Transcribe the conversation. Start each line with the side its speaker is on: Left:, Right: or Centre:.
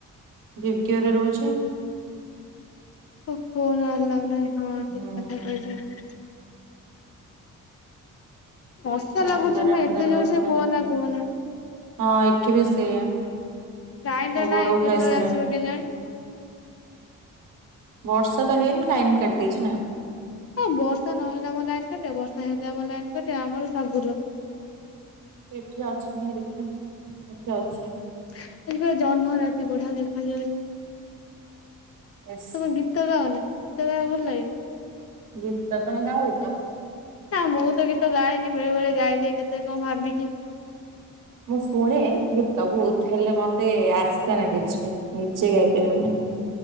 Right: ଭିିବିଓରେ ରହୁଚି।
Left: ହ ଫୋନ ଆଲଉ ନାହିଁ ହଁ
Right: ହୁଁ।
Left: ଠିକ କଥା କହୁଚ। ମଶା
Right: ତ
Left: ଲାଗୁଚନ୍ତି
Right: ଆଲାରାମ
Left: ନା
Right: ଟା
Left: ଏତେ
Right: ତାର ଦରକାର
Left: ଜୋର ସେ କୁହନା କୁହନା।
Right: ହଁ ଏଠି ବି ସେଇଆ।
Left: ଲାଇନ ଟା
Right: ମୋ
Left: ନାଇଁ
Right: ଗୋଡ
Left: କେତେବେଳେ
Right: ଖାଇସାଇଲେଣି।
Left: ଆସିବ କେଜାଣି।
Right: ବର୍ଷା ତ ହେଇନି ଲାଇନ କାଟିଦେଇଚି ନା?
Left: ଏ ବର୍ଷା ନହେଲେ ଆମର ଲାଇନ କଟା ବର୍ଷା ହେଲେ ଆମ ଲାଇନ କଟା ଆମର ସବୁ ଲ
Right: ଏଠି ଅଛି କି ନାଇଁ ଦେଖିଆ ଏଠି ଅଛି।
Left: ଏଇଠି ପୁରା ଜହ୍ନ ରାତି ବଢିଆ ଦେଖା ଯାଉଚି।
Right: ଏସ୍
Left: ତମ ଗୀ ଗୀତ ଗାଅନି। ଗୀତ ଗାଇବାକୁ ଭଲ ଲାଗେନି?
Right: ବୁତା, ତମେ ଗାଁ ବୁ ତା।
Left: ହଁ ମୁଁ ତ ଗୀତ ଗାଏନି। ବେଳେ ବେଳେ ଗାଏ ଯେ କେତେ କଣ ଭାବିକି।
Right: ମୁଁ ଶୁଣେ ଗୀତ ବହୁତ ହେଲେ ମତେ ଆସେ ନା କିଛି। ନିଜେ ଗାଇପାରିବିନି।